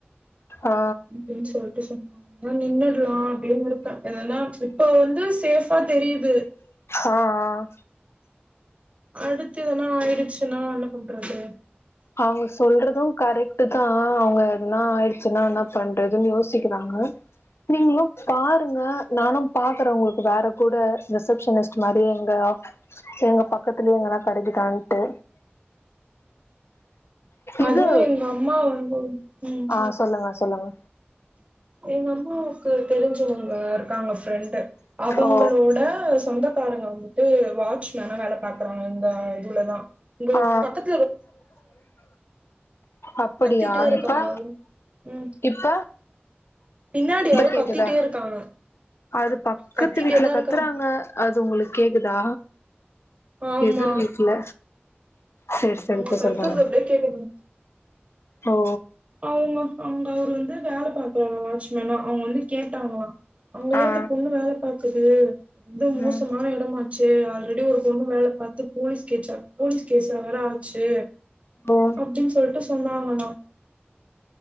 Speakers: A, on the left (about 90°); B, on the right (about 30°).
A: ஆ
B: அப்டின் சொல்ட்டு சொன்னாங்க <inaudible> நின்னுற்லா அப்டியு இருக்க ஏன்னா இப்ப வந்து சேஃபா தெரியுது
A: ஆ ஆ
B: அடுத்து இதனா ஆயிடுச்சுன்னா என்ன பண்றது
A: அவுங்க சொல்றது கரெக்ட் தா அவுங்க எதுனா ஆயிடுச்சுன்னா என்னப் பண்றதுன்னு யோசிக்கிறாங்க நீங்களு பாருங்க நானு பாக்குறே உங்களுக்கு வேற கூட ரிசப்ஷனிஸ்ட் மாரி எங்க ஆஃ எங்க பக்கத்துலயே எங்கென்ன கடைக்குதான்ட்டு இது
B: அதுவு எங்க அம்மா வந்து ம்
A: ஆ சொல்லுங்க சொல்லுங்க
B: எங்க அம்மாவுக்கு தெரிஞ்சவங்க இருக்காங்க ஃப்ரெண்டு அவுங்களோட
A: ஓ
B: சொந்தக்காரங்க வந்துட்டு வாட்சமேனா வேல பாக்குறாங்க இங்க இதுவுலதா ங்க
A: ஆ
B: பக்கத்து
A: அப்படியா
B: கத்திட்டே இருக்காங்க
A: இப்ப
B: ம்
A: இப்ப
B: பின்னாடி
A: இப்ப
B: யாரோ
A: கேக்குதா
B: கத்திட்டே இருக்காங்க
A: அது பக்கத்து
B: கத்திட்டே
A: வீட்ல
B: தா
A: கத்துறாங்க
B: இருக்காங்க
A: அது உங்களுக் கேக்குதா
B: ஆமா
A: எதிர் வீட்டுல செரி செரி
B: அவங்க
A: இப்ப
B: கத்துறது
A: சொல்லுங்க
B: அப்டியே கேக்க
A: ஓ
B: அவுங்க அவுங்க அவுரு வந்து வேல பாக்குறாங்க வாட்சி மேனா அவுங்க வந்து கேட்டாங்ளா அவுங்க
A: ஆ
B: ஏன் அந்த பொண்ணு வேல பாக்குது இது
A: ம்
B: மோசமான எடமா சேரி ஆல்ரெடி ஒரு பொண்ணு வேல பாத்து போலீஸ் கேச்சு போலீஸ் கேஸா வேற ஆச்சு
A: ஓ
B: அப்டின் சொல்ட்டு சொன்னாங்களா